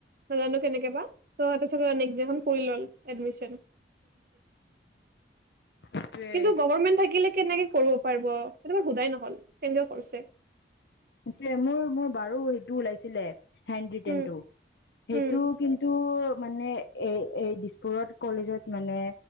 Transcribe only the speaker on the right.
নাজানো কেনেকে বা, তাৰ পৰা নেক্সট দিনা কৰি ল'লে এডমিশ্যন।
কিন্তু গভমেন্ট থাকিলে কেনেকে কৰিব পাৰিব, সেইটো বাৰু সোধাই নহ'ল। হ'ল। <unintelligible> কৰিছে
উম
উম